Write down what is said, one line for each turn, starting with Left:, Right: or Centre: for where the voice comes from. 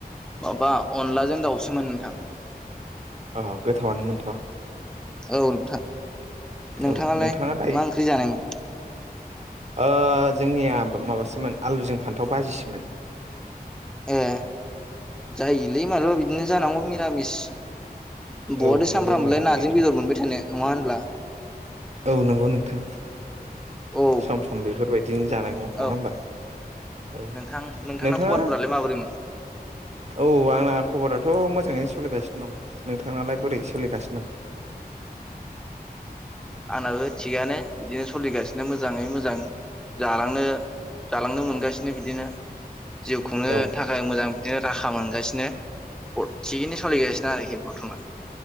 Centre: माबा अनलाजों दाउसोमोन नोंथां।
Right: अ गोथावनोमोनथ'।
Centre: औ नोंथां नोंथाङालाय
Right: औ नोंथाङा दायो
Centre: मा ओंख्रि जानायमोन?
Right: ओ जोंनिया माबासोमोन आलुजों फान्थाव बाजिसोमोन।
Centre: ए जायोलै मालाबा बिदिनो जानांगौ मिरामिस।
Right: औ
Centre: बहाथो
Right: नंगौ
Centre: सामफ्रामलाय
Right: नोंनायाथ'
Centre: नाजों बेदर मोनबाय थानाय नङा होनब्ला।
Right: औ नंगौ नोंथां
Centre: औ
Right: सम सम बेफोर बायदि बिदिनो जानांगौ नङा
Centre: औ
Right: होमबा औ
Centre: नोंथां नोंथांना
Right: नोंथाङा
Centre: खबरफोरालाय माबोरैमोन
Right: औ आंना खबराथ' मोजाङैनो सोलिगासिनो दं नोंथाङालाय बोरै सोलिगासिनो?
Centre: आंनाबो थिगानो बिदिनो सलिगासिनो मोजाङै मोजां। जालांनो जालांनो मोनगासिनो बिदिनो। जिउ खुंनो
Right: दं औ
Centre: थाखाय मोजां राहा मोनगासिनो थिगैनो सोलिगासिनो। <unintelligible> बरथमान